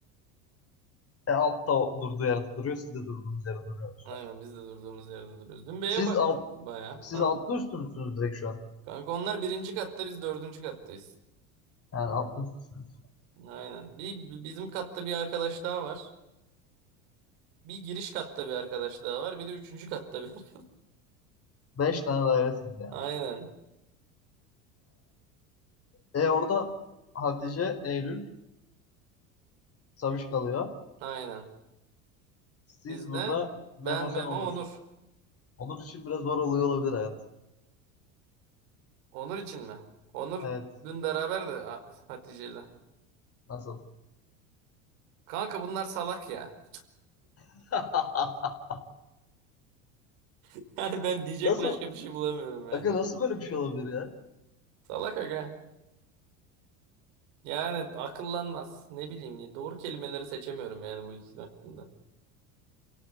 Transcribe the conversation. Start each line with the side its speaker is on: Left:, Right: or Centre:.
Left: e, altta o durduğu yerde duruyor. Siz de durduğunuz yerde duruyorsunuz
Right: Aynen
Left: şu an.
Right: biz de durduğumuz yerde duruyoruz. Dün bir eve
Left: Siz
Right: bak
Left: alt,
Right: baya.
Left: siz
Right: Ha?
Left: altlı üstü müsünüz direkt şu an?
Right: Kanka onlar birinci katta biz dördüncü kattayız.
Left: Yani altlı üstüsünüz.
Right: Aynen. Bir, bir- bizim katta bir arkadaş daha var. Bir giriş katta bir arkadaş daha var. Bir de üçüncü katta bir <laughs> arkadaş.
Left: Beş tane dairesiniz yani.
Right: Aynen.
Left: Ee, e orada Hatice, Eylül, Sabiş kalıyor.
Right: Aynen.
Left: Siz
Right: Bizde
Left: burada Memo
Right: ben,
Left: sen
Right: Memo,
Left: Onur.
Right: Onur.
Left: Onur için biraz zor oluyor olabilir hayat.
Right: Onur için mi? Onur
Left: Evet.
Right: dün beraber de Hatice'yle.
Left: Nasıl?
Right: Kanka bunlar salak ya.
Left: <laughs>
Right: <laughs> Yani ben diyecek
Left: Nasıl?
Right: başka bir şey bulamıyorum yani.
Left: Aga nasıl böyle bir şey olabilir ya?
Right: Salak aga. Yani akıllanmaz. Ne bileyim ya. Doğru kelimeleri seçemiyorum yani bu ikisi hakkında.